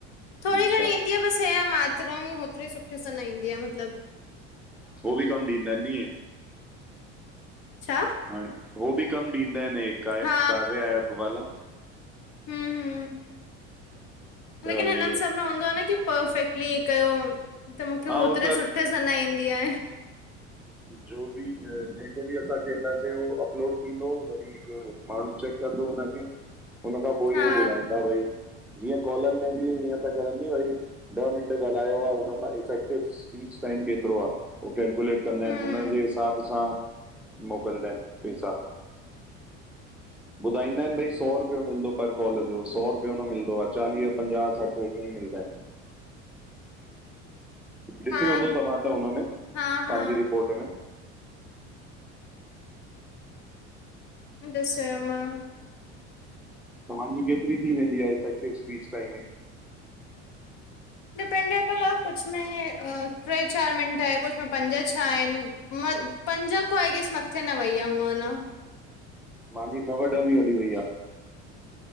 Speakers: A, on the left (about 65°); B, in the centre.
A: थोरी
B: अच्छा
A: घणी ईंदी आह बसि हे‌, मात त्राहुं होतिरी सुठे सां न ईंदी आहे मतिलबु।
B: हो बि कम ॾींदां आहिनि हिंयं?
A: छा?
B: हाणे, हो बि कम ॾींदा आहिनि क
A: हा
B: कारया ऐप वारा।
A: हम- हम।
B: त
A: लेकिन
B: हे
A: हिननि सभ में हूंदो आहे न कि? पफेक्टली हे कयो, त मूंखे होओतिरे
B: हा हो त
A: सुठे सुठे सां न ईंदी आहे।
B: जो बि जेको बि, असां चैंन्दासे अपलोड थींदो वरी हिकु माण्हू चेक कंदो हुनखे, हुन खां पोइ
A: हा
B: ई उह ॿुधाईंदा भई। जीअं, कोॉलिन में बि इअं त करनि भई ॾह मिंट ॻाल्हायो आह। हुन मां इफेक्टिव स्पीच टाइम केतिरो आह? कंदा
A: हम्म
B: आहिनि, हुन जे हिसाब सां। मोकिलदां आहिनि, पैसा। ॿुधाईंदा आहिनि, भई सौ रुपियो मिलंदो पर कॉल जो, सौ रुपियो न मिलंदो आह, चालीह- पंजाह -सठि ईअ ई मिलंदा आहिनि। ॾिसयो
A: हा
B: हूंदो तव्हां त हुनमें?
A: हा हा
B: पंहिंजी रिपोर्ट में?
A: ॾिसयो मां।
B: तव्हांजी केतिरी थी वेंदी आहे इफेक्टिव स्पीच टाइमिंग?
A: डिपेंडेबल आहे, कुझु में टे- चारि मिंट आहे। कुछु में पंज-छह आहिनि। म पंजा को आई गैस, मथे न वैईया हुआ न।
B: मांहिंजी नव- ॾह वी हली वई आ।